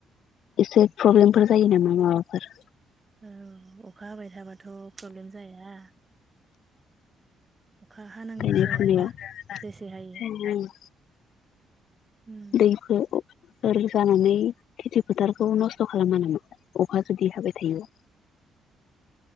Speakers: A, on the left; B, on the right.
A: एसे प्रब्लेमफोर जायो नामा माबाफोर
B: औ अखा हाबाय थाबाथ' प्रब्लेम जाया अखा हानांगौसो
A: गायनाय फुनायाव
B: आरोना जेसे हायो उम
A: दैखौ ओरै जानानै खेथि फोथारखौ नस्थ' खालामो नामा अखा जुदि हाबाय थायो।